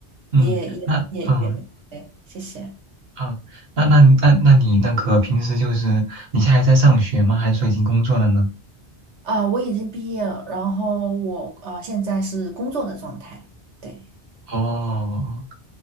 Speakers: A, on the right (about 60°); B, on the right (about 85°).
A: 嗯，
B: 也也也也没，
A: 那嗯
B: 对，谢谢。
A: 嗯，那那那那你那个平时就是你现在还在上学吗？还是说已经工作了呢？
B: 啊、我已经毕业了，然后我呃现在是工作的状态。对，
A: 哦，